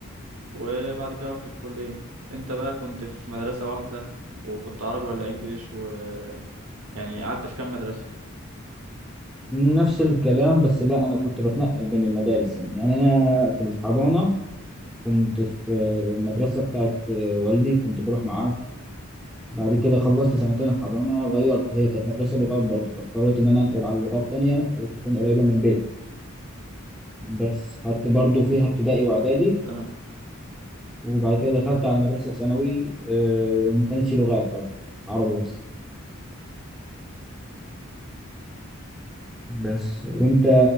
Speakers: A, on the right (about 70°); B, in the centre.
A: وبعد كده رحت الكليه انت بقى كنت في مدرسه واحده وكنت عربي ولا انجليش و يعني قعدت في كام مدرسه
B: نفس الكلام بس لا انا كنت بتنقل بين المدارس يعني يعني انا في الحضانه كنت في المدرسه بتاعت والدي كنت بروح معاه بعد كده خلصت سنتين
A: تمام
B: الحضانه غيرت هي كانت مدرسه لغات برضه فاضطريت ان انا انقل على لغات تانية وتكون قريبه من البيت بس خدت برضه فيها ابتدائي واعدادي
A: تمام
B: وبعد كده دخلت على مدرسه ثانوي آه، ما كانتش لغات برضه عربي بس بس وانت